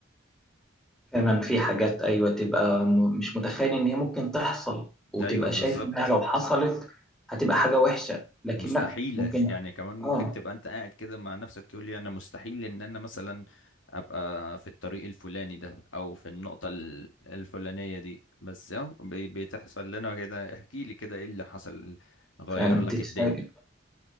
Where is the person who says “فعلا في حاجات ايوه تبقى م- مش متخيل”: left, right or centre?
Centre